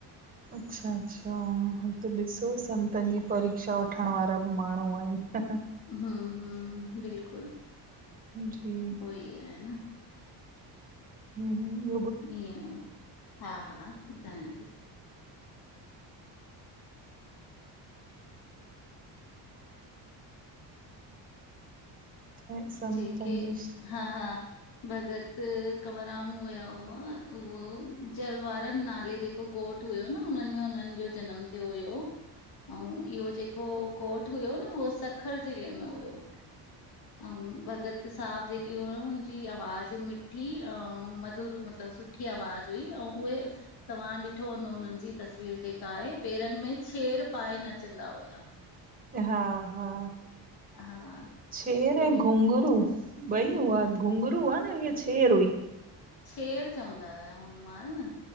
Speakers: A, on the right (about 20°); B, on the left (about 55°).
A: अच्छा -अच्छा हा त ॾिसो संत तनि जी परीक्षा वठंण वारा बि माण्हूं आहिनि।
B: हूं हूं बिल्कुल उहो
A: जी
B: ई आहे न
A: हम्म
B: ईयं, हा हा ॿुधायां थी।
A: ऐं संतनि
B: जेके
A: जी
B: हा हा भॻत कंवरराम हुया हुआ, उहो जरवारनि नाले जेको ॻोठु हुयो न, हुननि में उन्हनि जो जनमु थियो हुयो। अंउं इह्यो जेको ॻोठु हुयो न उहो सखर ज़िले में हुयो। अंउं भगत साहब जेके हुआ हुन जी आवाज़ मिठी अंउं मधुर मतलबु सुठी सुठी आवाज़ हुई, अंउं उहे तव्हां ॾिठो हूंदो हुननि जी तस्वीर जेका आहे, पेरनि में छेर पाए नचंदा हुया।
A: हा हा,
B: हा
A: छेर
B: उहो
A: ऐं घुघरूं ॿई हुआ, घुघरूं हुआ न या छेर हुई?
B: छेर चवंदा हुया हुन महिल न,